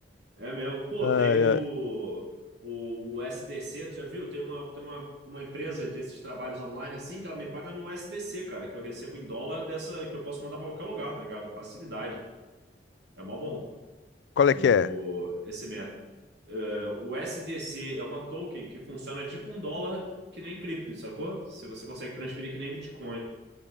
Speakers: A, on the right; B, on the left.
A: É mesmo. Pô,
B: Ai,
A: tem o,
B: ai.
A: o, o SDC, tu já viu? Tem uma, tem uma, uma empresa desses trabalhos online assim que ela me paga no SDC, cara, que eu recebo em dólar dessa que eu posso mandar pra qualquer lugar, tá ligado? Facilidade. É mó bom
B: Qual é
A: o,
B: que é?
A: esse método. É, o SDC é uma token que funciona tipo um dólar que nem cripto, sacou? Se você consegue transferir que nem Bitcoin.